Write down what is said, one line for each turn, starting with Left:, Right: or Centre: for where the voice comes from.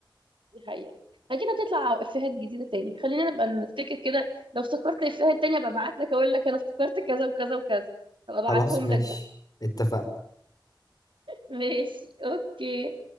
Right: دي حقيقة أكيد هتطلع إفيهات جديدة تاني خلينا نبقى نفتكر كده لو افتكرت إفيهات تانية أبقى أبعت لك أقول لك أنا افتكرت كذا وكذا وكذا أبقى أبعتهم
Left: خلاص ماشي
Right: لك بقى
Left: اتفقنا
Right: ماشي أوكي